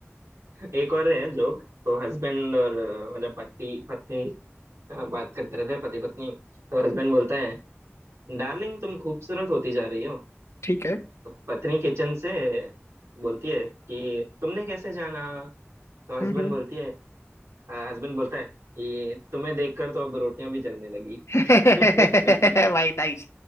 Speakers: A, on the right; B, on the left.
A: एक और है जोक तो हस्बैंड और अ, मतलब पति पत्नी अ, बात करते रहते हैं पति पत्नी तो हस्बैंड बोलता है डार्लिंग तुम खूबसूरत होती जा रही हो अ,
B: ठीक है
A: पत्नी किचन से बोलती है कि तुमने कैसे जाना तो हस्बैंड
B: हम्म हम्म।
A: बोलती है हस्बैंड बोलता है कि तुम्हें देखकर तो अब रोटियां भी जलने लगी
B: <laughs> भाई
A: <laughs>
B: नाइस